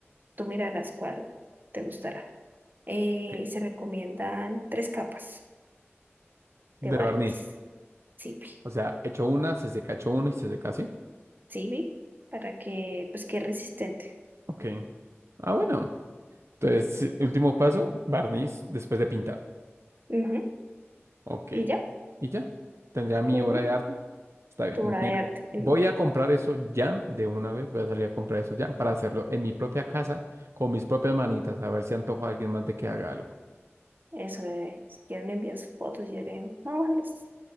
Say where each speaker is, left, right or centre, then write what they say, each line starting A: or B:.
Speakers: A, on the right; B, on the right.
A: tú mirarás cuál te gustará eh,
B: Ok.
A: y se recomiendan tres capas
B: De
A: de barniz
B: barniz.
A: Civi,
B: O sea, hecho una, se seca, hecho uno y se seca así.
A: Civi, para que pues quede resistente.
B: Ok. Ah, bueno. Entonces, sí, último paso, barniz después de pintar.
A: Ujú,
B: Ok.
A: Y ya,
B: Y ya. Tendría mi
A: ujú,
B: obra de arte. Está bien.
A: Tu obra
B: Mira,
A: de arte. Mm,
B: voy a comprar eso ya de una vez. Voy a salir a comprar eso ya para hacerlo en mi propia casa con mis propias manitas. A ver si antojo a alguien más de que haga algo.
A: Eso, eh, si quieren me envías fotos y yo le- no, se las-